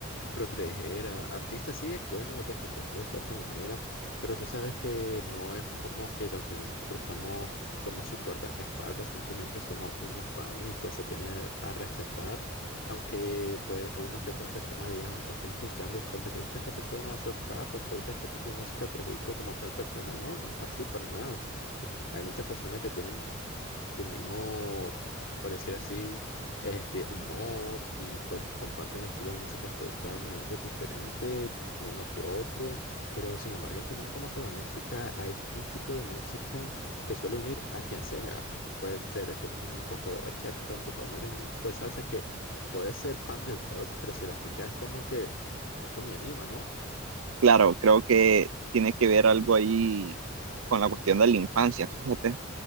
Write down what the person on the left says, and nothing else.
proteger a artistas sí es bueno defenderlo de cierta manera, pero tú sabes que no es como que al final nosotros estamos, somos sus guardaespaldas, simplemente somos unos fans y pues se tiene a respetar, aunque pues unos que otras personas digan o estén juzgando porque te gusta esta persona, sos tal, porque te gusta este tipo de música, te juzgo como tal persona, no, no es así para nada. Hay muchas personas que tienen tu mismo, por decir así, este humor y pues comparten estilos de música totalmente diferentes uno que otro, pero sin embargo al final como que la música, hay un tipo de música que suele unir a quien sea, puede ser este, un poco de bachata, un poco de merengue, un poco de salsa, que puede ser pan del rock, pero si la escuchas es como que esto me anima, ¿no?